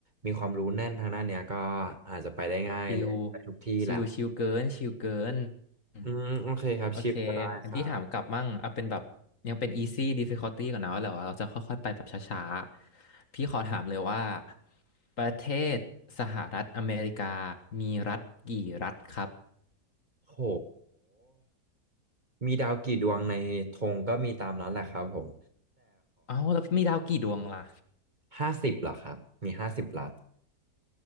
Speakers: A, on the right; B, on the left.
A: มีความรู้แน่นทางด้านเนี้ยก็อาจจะไปได้ง่ายเลยไปทุกที่แหละ
B: ชิวชิวชิวเกินชิวเกินอืม
A: อืมโอเคครับชิปก็ได้ครับ
B: โอเคอันพี่ถามกลับมั่งเอาเป็นแบบยังเป็น easy difficulty ก่อนนะแล้วเราจะค่อยๆไปแบบช้าๆพี่ขอถามเลยว่าประเทศสหรัฐอเมริกามีรัฐกี่รัฐครับ
A: โหมีดาวกี่ดวงในธงก็มีตามนั้นแหละครับผม
B: เอ้าแล้วมีดาวกี่ดวงล่ะ
A: ห้าสิบเหรอครับมีห้าสิบลัด